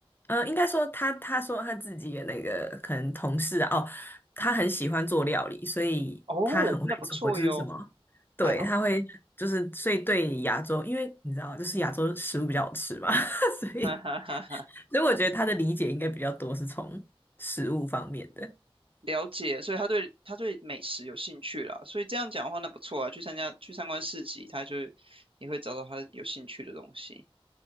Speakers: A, on the left (about 20°); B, on the right (about 65°).
A: 呃，应该说他他说他自己的那个可能同事啊哦，他很喜欢做料理，所以他很会做，
B: 哦，那不错哟，
A: 就是什么，对，
B: 太好了，
A: 他会就是所以对亚洲，因为你知道，就是亚洲食物比较好吃嘛，<laughs> 所以
B: <laughs> 哈哈哈哈。
A: 所以我觉得他的理解应该比较多是从食物方面的。
B: 了解，所以他对他对美食有兴趣啦，所以这样讲的话，那不错啊，去参加去参观市集，他就也会找到他有兴趣的东西。